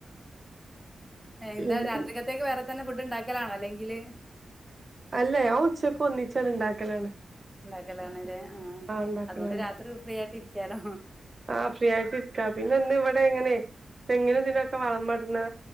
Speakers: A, in the centre; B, on the right (about 35°).
A: എന്താ
B: പിന്നെ
A: രാത്രിരിക്കത്തേക്ക് വേറേ <unintelligible> ഫുഡ് ഉണ്ടാക്കലാണോ അല്ലെങ്കില്
B: അല്ല ഞാൻ ഉച്ചക്ക് ഒന്നിച്ചങ്ങ് ഉണ്ടാക്കലാണ്.
A: ഉണ്ടാക്കലാണ്. ല്ലേ ആഹ്
B: ഇണ്ടാക്കലാണ്
A: അതുകൊണ്ട് രാത്രി ഫ്രീ ആയിട്ട് ഇരിക്കാലോ
B: ആഹ് ഫ്രീ ആയിട്ട് ഇരിക്കാം. പിന്നെ ഇന്ന് ഇവിടെ ഇങ്ങനെ തെങ്ങിനും പിന്നെക്കെ വളമിടണ്